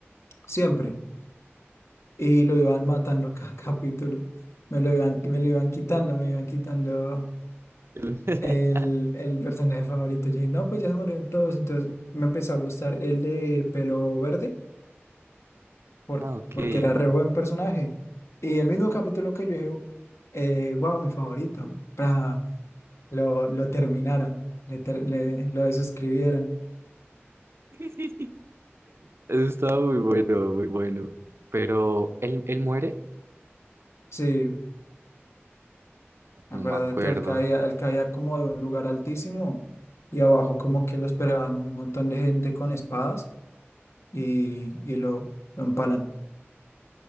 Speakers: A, on the left; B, on the right.
A: siempre y lo iban matando cada <laughs> capítulo. Me lo iban, me lo iban quitando, me iban quitando
B: <laughs>
A: el, el personaje favorito. Yo dije, no, pues ya se murieron todos. Entonces me empezó a gustar el de pelo verde por,
B: Ah, ok.
A: porque
B: <laughs>
A: era re buen personaje. Y el mismo capítulo que yo dije, eh, wow, mi favorito. pra, lo, lo terminaron, le ter- le- lo desuscribieron.
B: Eso estaba muy bueno, muy bueno. Pero, ¿él, él muere?
A: Sí.
B: No
A: Acuérdate
B: me acuerdo.
A: que él caía, él caía como de un lugar altísimo y abajo como que lo esperaban un montón de gente con espadas y, y lo, lo empalan.